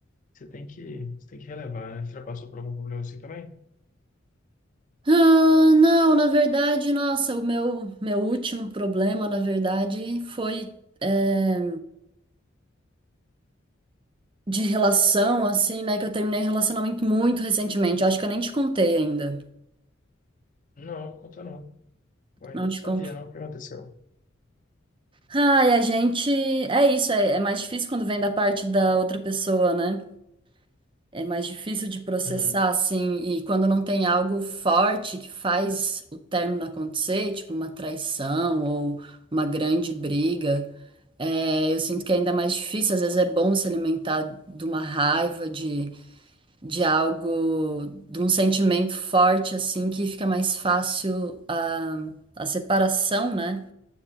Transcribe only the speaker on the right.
Ah, não, na verdade, nossa, o meu, meu último problema, na verdade, foi é, de relação, assim, né? Que eu terminei um relacionamento muito recentemente. Eu acho que eu nem te contei ainda.
Não
te
contei.
Ai, a gente. É isso, é, é mais difícil quando vem da parte da outra pessoa, né? É mais difícil de processar,
assim, e quando não tem algo forte que faz o término acontecer, tipo uma traição ou uma grande briga, é, eu sinto que é ainda mais difícil. Às vezes é bom se alimentar de uma raiva, de, de algo, de um sentimento forte, assim, que fica mais fácil a, a separação, né?